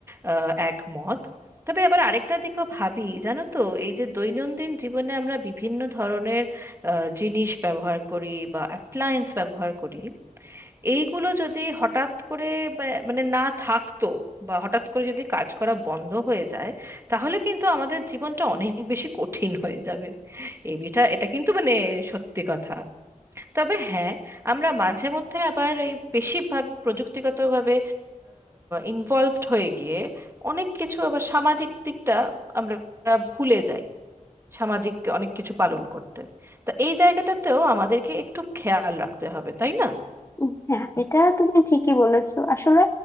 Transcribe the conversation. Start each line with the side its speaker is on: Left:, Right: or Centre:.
Right: আহ, একমত তবে আবার আরেকটা দিকও ভাবি জানো তো এই যে দৈনন্দিন জীবনে আমরা বিভিন্ন ধরনের আহ, জিনিস ব্যবহার করি বা অ্যাপ্লায়েন্স ব্যবহার করি এইগুলো যদি হঠাৎ করে বা- মানে না থাকতো বা হঠাৎ করে যদি কাজ করা বন্ধ হয়ে যায় তাহলে কিন্তু আমাদের জীবনটা অনেক বেশি কঠিন হয়ে যাবে এই বিষয়টা এটা কিন্তু মানে সত্যি কথা তবে হ্যাঁ আমরা মাঝে মধ্যে আবার এই বেশি ভাব প্রযুক্তিগতভাবে ইনভলভড হয়ে গিয়ে অনেক কিছু আবার সামাজিক দিকটা আমরা ভুলে যাই সামাজিক অনেক কিছু পালন করতে তা এই জায়গাটাতেও আমাদেরকে একটু খেয়াল রাখতে হবে তাই না
Left: উম, হ্যাঁ এটা তুমি ঠিকই বলেছো আসলে